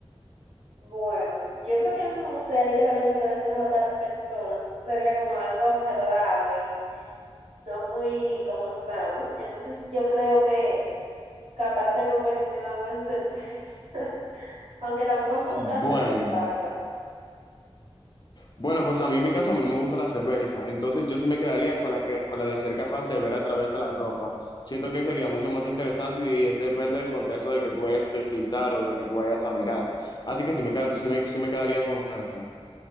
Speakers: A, on the right; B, on the left.
A: Bueno, yo creo que a mí no me gustaría de que también a través de los ojos de las personas. Eso sería como algo raro y no muy como sano. Entonces yo creo que capaz de convertirlo en algo en cerveza. <laughs> Aunque tampoco a mí me gusta
B: Bueno.
A: la cerveza, la verdad.
B: Bueno, pues a mí en mi caso, a mí no me gusta la cerveza, entonces yo sí me quedaría con la que, con la de ser capaz de ver a través de la ropa. Siento que sería mucho más interesante y es- depende del contexto de que tú vayas a utilizar o de que tú vayas a mirar. Así que sí me, ca- sí me, sí me quedaría con esa.